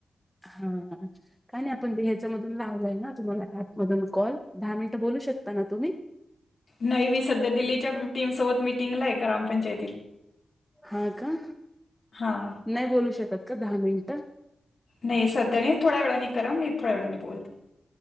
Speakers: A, in the centre; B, on the left.
A: हां हं कायं नाहीं आपणं ह्यांच्या मधूंन लावलंय नां तुम्हांला ऍप मधूंन कॉल दहा मिनिटं बोलूं शकतां नां तुम्हीं
B: नाहीं मी संध्या दिल्लीच्या टीमसोबत मिटिंगला आहे ग्रामपंचायती सोबत
A: हां कां
B: हां
A: नाहीं बोलूं शकतं कां दहा मिनिटं
B: नाहीं संध्या नाहीं थोड्यां वेळांनी करां मी थोड्यां वेळांनी बोलते